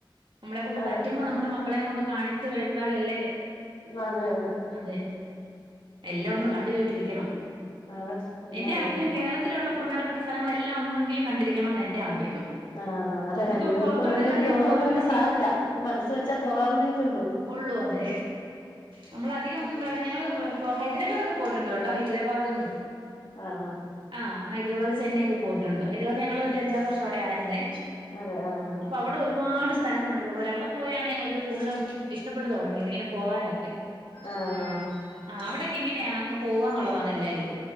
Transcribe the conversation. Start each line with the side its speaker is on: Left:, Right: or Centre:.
Right: നമ്മളെ കൊണ്ട്
Left: അതെ
Right: പറ്റുമ്പോ നമ്മുടെ മക്കളെം കൊണ്ട് കാണിച്ച് കേടുത്താല് അല്ലേ
Left: അതെ അതെ
Right: അതെ എല്ലാം ഒന്ന്
Left: ആഹ്
Right: കണ്ട് കേട്ടിരിക്കണം
Left: അതെ എല്ലാം
Right: എന്റെ
Left: അറിയണം
Right: ആഗ്രഹം കേരളത്തിലുള്ള പ്രധാനപ്പെട്ട സ്ഥലങ്ങൾ എല്ലാം ഒന്നെങ്കിലും കണ്ടിരിക്കണംഎന്ന് എന്റെ ആഗ്രഹം
Left: ആഹ് ആ അല്ല
Right: നമുക്ക്
Left: രണ്ടു പേർക്കും
Right: പുറത്തോട്ടൊക്കെ
Left: അങ്ങനെ ഒരുരിതള്ളത്
Right: അധികം പോകാൻ
Left: കൊണ്ട് പിന്നെ
Right: പറ്റി
Left: സാരല്ല മനസ്സ് വെച്ചാ പോവുന്നതല്ലേ ഒള്ളൂ
Right: ഒള്ളൂ അതെ നമ്മള് അധികം ഒ ഞങ്ങള് ഇപ്പോ ഹൈദരാബാദൊക്കെ പോയിട്ടുണ്ടോ കേട്ടോ ഹൈദരാബാദും
Left: ആഹ് ആഹ്
Right: ആഹ് ഹൈദരബാദ് ചെന്നൈ ഒക്കെ പോയിട്ടുണ്ട് ഹൈദരബാദ് ഞങ്ങൾ ഒരു അഞ്ചാറ് വർഷം അവിടെ ആയിരുന്നേ
Left: അതെ ആഹ്
Right: അപ്പൊ അവിടെ ഒരുപാട് സ് സ്ഥലങ്ങളുണ്ട് അതുപോലെവിടെ പോയാണ് ഞങ്ങളിത് കൂടുതലും ഇഷ്ട്ടപ്പെട്ട് തുടങ്ങിയത് ഇങ്ങനെ പോവാനൊക്കെ ഒക്കെ
Left: ആഹ് ആഹ്
Right: ആ അവിടെക്കെ ഇങ്ങനെയാണ് അങ്ങ് പോവന്നുള്ളതാണ് എല്ലാരും